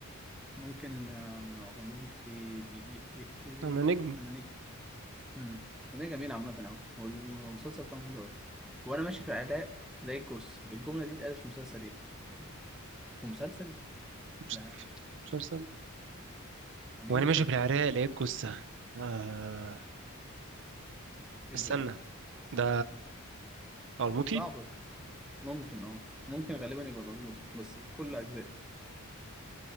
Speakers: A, in the centre; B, on the right (about 55°).
A: ممكن آه، اغنيه ايه ايه ايه ايه
B: انا نجم
A: إيه. انا نيك مم. اغنيه جميله عامه قوي والمسلسل بتاعهم حلو قوي وانا ماشي في علاء لقيت جوز الجمله دي اتقالت في مسلسل ايه في مسلسل
B: مس-
A: لا
B: مسلسل
A: يعني
B: وانا
A: ايه مسلسل
B: ماشي في العراق لقيت جثه آه...
A: ايه
B: استنى
A: ده ايه
B: ده قرموطي
A: ده صعبه دي ممكن اه ممكن غالبا يبقى الأرموطي بس بكل اجزاء